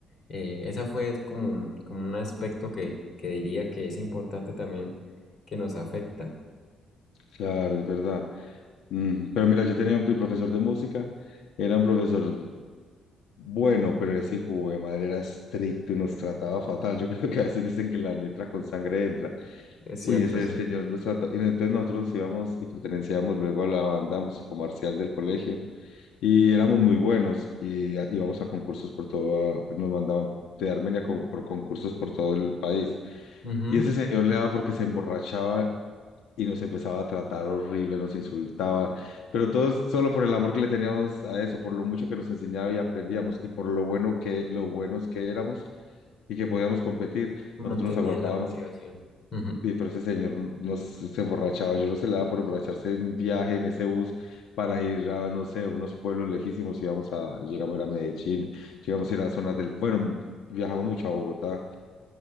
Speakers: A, on the left; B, on the left.
A: eh, esa fue como, como un aspecto que, que diría que es importante también que nos afecta.
B: Claro, es verdad. Mm, pero mira, yo tenía mi profesor de música, era un profesor bueno, pero ese hijo de madre era estricto y nos trataba fatal. Yo <laughs> creo que a veces dicen que la letra con sangre entra.
A: Es
B: Uy,
A: cierto,
B: ese
A: sí.
B: señor nos trató. Y entonces nosotros nos íbamos y pertenecíamos luego a la banda musicomarcial del colegio y éramos muy buenos y a- íbamos a concursos por todo, nos mandaban de Armenia como por concursos por todo el país.
A: Ujú.
B: Y ese señor le daba porque se emborrachaba y nos empezaba a tratar horrible, nos insultaba, pero todos solo por el amor que le teníamos a eso, por lo mucho que nos enseñaba y aprendíamos y por lo bueno que, lo buenos que éramos y que podíamos competir,
A: Mantenía
B: nosotros nos aguantábamos.
A: la motivación. Ujú.
B: Y pero ese señor nos se emborrachaba, yo no se le daba por emborracharse en viaje en ese bus para ir a, no sé, unos pueblos lejísimos, íbamos a, llegamos a ir a Medellín, llegamos a ir a zonas del, bueno, viajamos mucho a Bogotá,